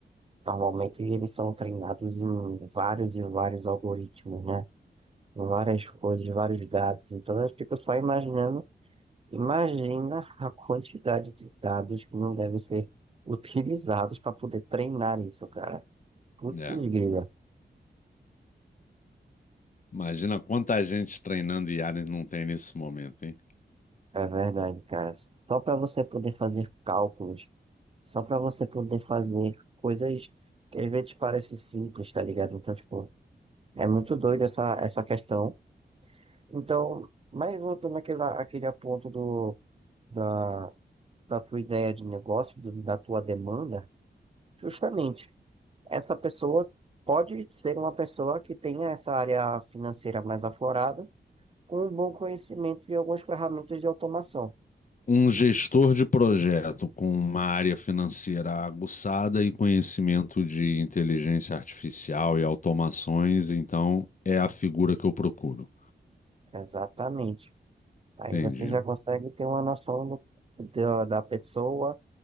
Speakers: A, on the right (about 30°); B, on the left (about 45°).
A: normalmente eles são treinados em vários e vários algoritmos, né? várias coisas, vários dados. Então eu fico só imaginando, imagina a quantidade de dados que não devem ser utilizados para poder treinar isso, cara. Putz,
B: É.
A: grila.
B: Imagina quanta gente treinando IA não tem nesse momento, hein?
A: É verdade, cara. Só para você poder fazer cálculos, só para você poder fazer coisas que às vezes parecem simples, tá ligado? Então, tipo, é muito doido essa, essa questão. Então, mas voltando àquele, àquele ponto do, da, da tua ideia de negócio, do- da tua demanda, Justamente, essa pessoa pode ser uma pessoa que tenha essa área financeira mais aflorada, com um bom conhecimento de algumas ferramentas de automação.
B: Um gestor de projeto com uma área financeira aguçada e conhecimento de inteligência artificial e automações, então é a figura que eu procuro.
A: Exatamente. Aí
B: Entendi,
A: você já consegue ter uma noção do- da, da pessoa